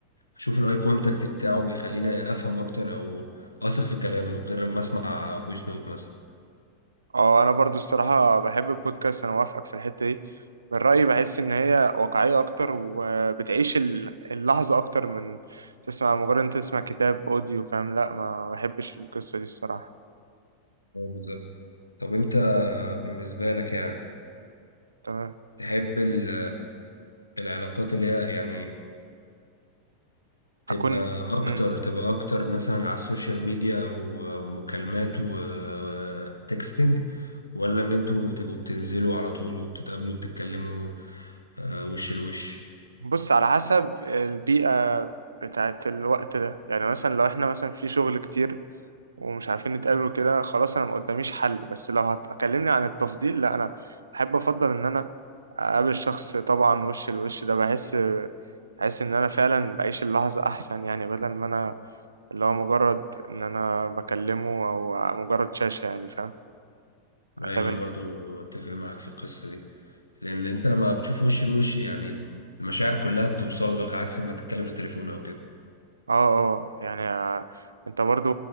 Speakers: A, on the left; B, on the right.
A: اشوف الاي كونتاكت بتاعه بيخليني افهم اكتر او اثق في كلامه غير لما اسمع فويس نوت مثلا
B: اه انا برضو الصراحه بحب البودكاست انا موافقك في الحته دي من رايي بحس ان هي واقعيه اكتر وبتعيش ال- اللحظه اكتر من تسمع مجرد انت تسمع كتاب اوديو فاهم لا ما بحبش القصه دي الصراحه
A: آه، بالظبط طب انت بالنسبة لك يعني
B: تمام
A: تحب ال... العلاقات اللي هي يعني تبقى
B: اكون
A: اكتر
B: مم.
A: تبقى اكتر مثلا على السوشيال ميديا ومكالمات وتكستنج ولا ان انتوا تبقوا بتنزلوا على طول وبتتقابلوا وبتتكلموا آه، وش لوش
B: بص على حسب البيئه بتاعت الوقت ده يعني مثلا لو احنا مثلا في شغل كتير ومش عارفين نتقابل وكده خلاص انا ما قداميش حل بس لو هتكلمني عن التفضيل لا انا بحب افضل ان انا اقابل الشخص طبعا وش الوش ده بحس بحس ان انا فعلا بعيش اللحظة احسن يعني بدل ما انا اللي هو مجرد ان انا بكلمه او مجرد شاشة يعني فاهم
A: ايوه
B: انت من
A: انا برضو اتفق معاك في القصه دي لان انت لما بتشوف وش لوش يعني المشاعر كلها بتوصل لك عكس ما تتكلم في التليفون او كده
B: اه اه يعني آه، انت برضو